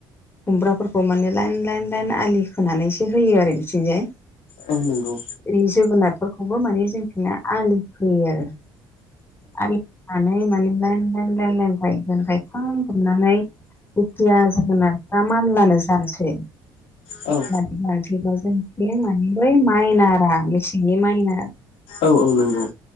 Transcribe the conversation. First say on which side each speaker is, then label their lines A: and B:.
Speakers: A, on the left (about 20°); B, on the left (about 75°).
A: खुमब्राफोरखौ माने लाइन लाइन लाइन आलि खोनानैसो होयो आरो बिथिंजाय।
B: औ नंगौ।
A: बे जोगोनारफोरखौबो माने जोंथिना आलि फोयो आरो। आलिनानै माने लाइन लाइन लाइन लाय लाइन लाइन गायगोन गायखां जुबनानै जेखिया जोगोनारफ्रा मानलानो जानोसै
B: औ।
A: <inaudible>
B: औ औ नंगौ।